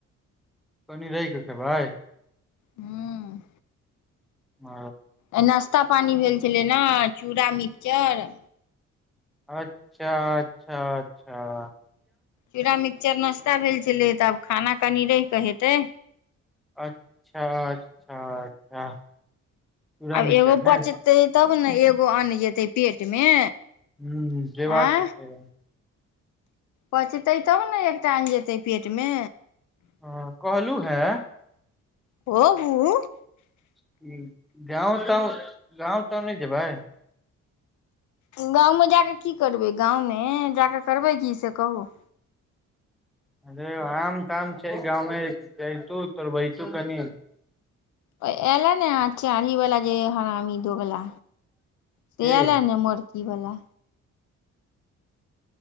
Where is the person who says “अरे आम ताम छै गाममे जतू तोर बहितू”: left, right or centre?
Centre